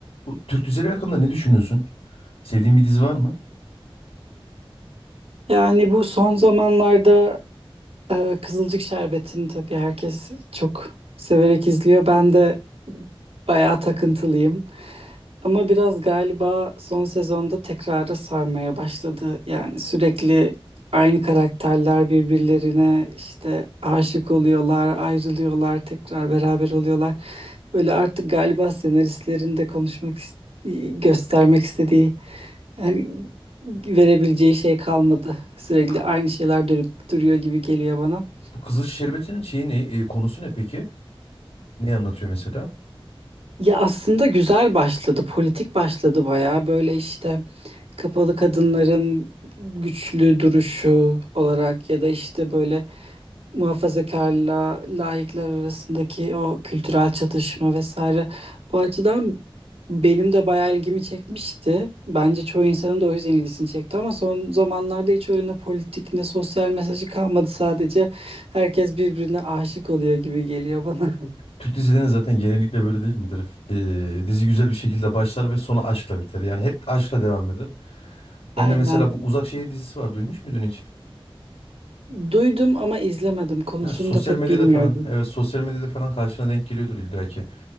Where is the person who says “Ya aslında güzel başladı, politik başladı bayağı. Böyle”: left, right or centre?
Right